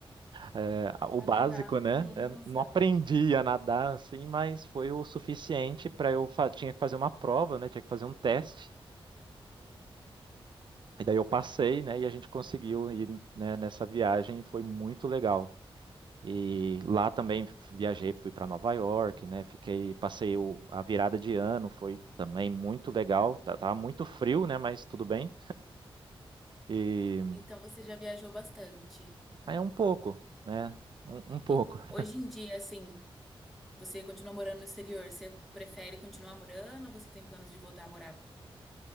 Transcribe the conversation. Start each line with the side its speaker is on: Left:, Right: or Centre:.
Right: é, o
Centre: A
Right: básico,
Centre: nadar.
Right: né?
Centre: Nossa.
Right: É, não aprendi a nadar assim, mas foi o suficiente para eu fa- tinha que fazer uma prova, né? Tinha que fazer um teste. E daí eu passei, né, e a gente conseguiu ir, né, nessa viagem, foi muito legal. E lá também viajei, fui para Nova York, né, fiquei, passei o- a virada de ano, foi também muito legal. Tá- Tava muito frio, né, mas tudo bem. E
Centre: Então você já viajou bastante.
Right: é um pouco, né, um, um pouco.
Centre: E
Right: <laughs>
Centre: hoje em dia, assim, você continua morando no exterior, você prefere continuar morando ou você tem planos de voltar a morar